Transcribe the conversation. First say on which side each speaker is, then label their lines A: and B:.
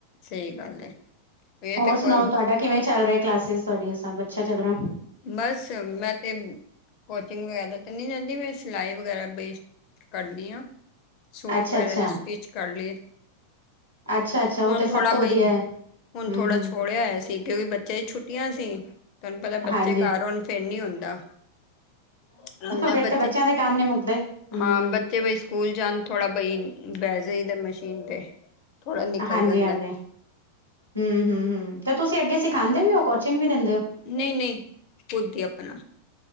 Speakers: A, on the left; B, on the right.
A: ਸਹੀ ਗੱਲ ਹੈ ਇਹ
B: ਹੋਰ
A: ਤੇ ਕੋਈ
B: ਸੁਣਾਓ ਤੁਹਾਡਾ? ਕਿਵੇਂ ਚੱਲ ਰਹੇ ਕਲਾਸਿਸ ਤੁਹਾਡੀਆਂ ਸਭ ਅੱਛਾ ਚੱਲ ਰਿਹਾ।
A: ਬਸ ਮੈਂ ਤੇ ਕੋਚਿੰਗ ਵਗੈਰਾ ਤੇ ਨਹੀਂ ਰਹਿੰਦੀ। ਮੈਂ ਸਿਲਾਈ ਵਗੈਰਾ ਬੇਸ ਕਰਨੀ ਆ। ਸੂਟ
B: ਅੱਛਾ-ਅੱਛਾ,
A: ਵਗੈਰਾ ਸਟਿਚ ਕਰ ਲਈਏ।
B: ਅੱਛਾ-ਅੱਛਾ ਉਹ
A: ਹੁਣ
B: ਤੇ ਸਭ
A: ਥੋੜਾ
B: ਤੋਂ ਵਧੀਆ
A: ਬਈ।
B: ਹੈ
A: ਹੁਣ
B: ਹੂੰ-ਹੂੰ
A: ਥੋੜਾ ਛੋੜਿਆ ਹੋਇਆ ਸੀ। ਕਿਉਂਕਿ ਬੱਚੇ ਦੀ ਛੁੱਟੀਆਂ ਸੀ। ਤੁਹਾਨੂੰ ਪਤਾ
B: ਹਾਂਜੀ।
A: ਬੱਚੇ ਘਰ ਆਣ ਫਿਰ ਨੀ ਹੁੰਂਦਾ। ਕਹਦਾ
B: ਫੇਰ ਤੇ
A: ਬੱਚੇ
B: ਬੱਚਿਆਂ ਦੇ ਕੰਮ ਨੀ ਮੁੱਕਦੇ ਹੂੰ
A: ਹਾਂ। ਬੱਚੇ ਬ ਸਕੂਲ ਜਾਣ ਥੋੜ੍ਹਾ ਬਾਈ ਬੈਵ ਜਿਦਾ ਦਾ ਮਸ਼ੀਨ 'ਤੇ। ਥੋੜ੍ਹਾ ਨਿਕਲ
B: ਹਾਂਜੀ-
A: ਜਾਂਦਾ
B: ਹਾਂਜੀ। ਹਮ- ਹਮ- ਹਮ ਤੇ ਤੁਸੀਂ ਅੱਗੇ ਸਿਖਾਉਂਦੇ ਵੀ ਹੋ, ਕੋਚਿੰਗ ਵੀ ਦਿੰਦੇ ਹੋ।
A: ਨਹੀਂ- ਨਹੀਂ ਖੁਦ ਹੀ ਆਪਣਾ।